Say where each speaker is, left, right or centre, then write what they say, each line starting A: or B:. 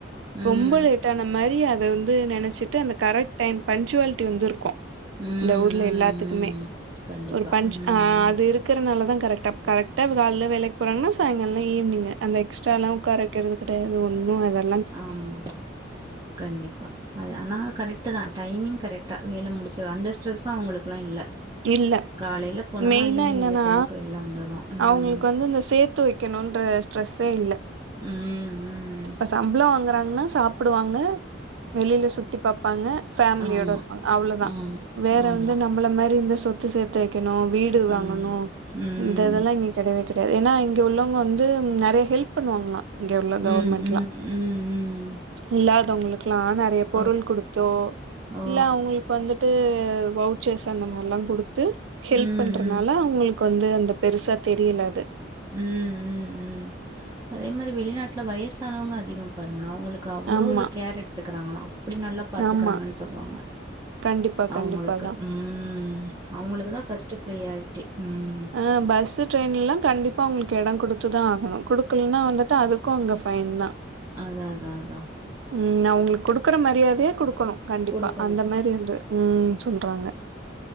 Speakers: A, on the right (about 20°); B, on the right (about 75°).
A: ம்
B: ரொம்ப லேட்டான மாரி அத வந்து நெனச்சிட்டு அந்த கரெட் டைம் பன்ச்சுவாலிட்டி வந்துருக்கும்
A: ம் ம்
B: இந்த ஊர்ல எல்லாத்துக்மே
A: ம் கண்டிப்பா
B: ஒரு பஞ்ச்
A: ம்
B: ஆ
A: ம்
B: அது இருக் இருக்ரனால தா கரக்ட்டா கரக்ட்டா கால்ல வேலக் போறாங்கன்னா சாய்ங்கால ஈவ்னிங் அந்த எக்ஸ்ட்ராலா உட்கார வெக்கிறதுக் <unintelligible> அது ஒண்ணு அதல்
A: ஆம் ஆமா கண்டிப்பா அது ஆனா கரெக்டு தா டைமிங் கரெக்டா வேல முடிச்ச அந்த ஸ்ட்ரெஸ்சும் அவுங்களுக்குல்லா இல்ல
B: இல்ல
A: காலைல போனோமா
B: மெயினா
A: ஈவினிங்
B: என்னன்னா
A: இந்த டைம்க்கு வெளில வந்துர்றோ ம்
B: அவங்களுக்கு வந்து இந்த சேத்து வை கக்கணுன்ற ஸ்ட்ரெஸ்ஸே இல்ல
A: ம் ம்
B: இப்ப சம்பள வாங்குறாங்கன்னா சாப்புடுவாங்க வெளியில சுத்தி பாப்பாங்க ஃபேம்லியோட
A: ஆமா
B: இருப்பாங்க அவ்ளோதா
A: ஆமா
B: வேற
A: ஆமா
B: வந்து நம் நம்பள மேரி இந்த சொத்து சேத்து வைக்கணு வீடு
A: ம்
B: வாங்கணு
A: ம்
B: இந்த இதல்லா இங்க கிடயவே கிடையாது ஏன்னா இங்க உள்ளவங்க வந்து நெ றைய ஹெல்ப் பண்ணுவாங்களா இங்க உள்ள கவர்மெண்ட்லா
A: ம் ம் ம் ம்
B: இல்லாதவங்களுக்குல்லா நெறைய பொருள்
A: ஓ
B: கொடு போ
A: ஓ
B: இல்ல அவங்களுக்கு வந்துட்டு வவுச்சஸ் அந்த மாரில்லா கொடுத்து ஹெல்ப்
A: ம்
B: பண்றதுனால
A: ம்
B: அவுங்களுக்கு வந்து அந்த பெருசா தெரியல அது
A: ம் ம் ம் அதே மாதிரி வெளிநாட்டுல வயசானவங்க அதிக பாருங்க அவுங்களுக்கு அவ்வளோ
B: ஆமா
A: ஒரு கேர் எடுத்துக்கிறாங்களா அப்டி நல்லா பாத்துக்கறாங்கன்னு
B: ஆமா
A: சொல்லுவாங்க
B: கண்டிப்பா
A: அவுங்களுக்கு
B: கண்டிப்பாதா
A: ம் அவுங்களுக்குதா ஃபர்ஸ்ட் பிரியாரிட்டி ம்
B: அ பஸ் ட்ரெயின்ல்லா கண்டிப்பா அவுங்களுக்கு இட கொடுத்துதா ஆகணு கொடுக்கல்லினா வந்துட்டு அதுக்கு கொங்க ஃபைன் தா
A: அது அது அதா
B: ம் நா அவுங்களுக்கு குடுக்குற மரியாதையே குடுக்கணும் கண்டிப்பா
A: குடுக்கணு
B: அந்த மாரி வந்து ம் சொல்றாங்க